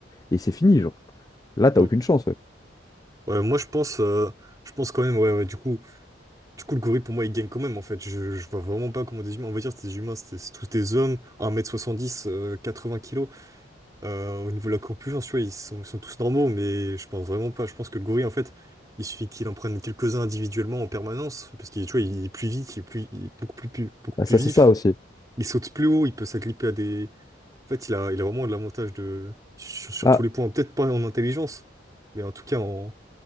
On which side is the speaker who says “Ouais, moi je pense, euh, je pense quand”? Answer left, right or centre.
Right